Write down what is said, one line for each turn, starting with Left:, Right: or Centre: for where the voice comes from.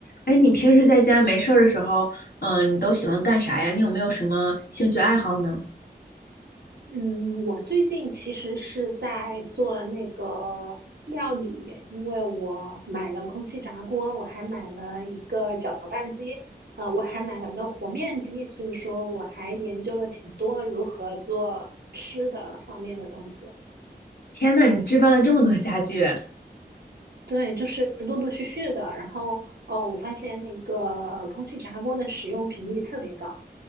Left: 哎，你平时在家没事儿的时候，嗯、你都喜欢干啥呀？你有没有什么兴趣爱好呢？
Right: 嗯，我最近其实是在做那个料理，因为我买了空气炸锅，我还买了一个搅拌机，呃，我还买了个和面机，所以说我还研究了挺多如何做吃的方面的东西。
Left: 天呐，你置办了这么多家具！
Right: 对，就是陆陆续续的，然后哦，我发现那个空气炸锅的使用频率特别高。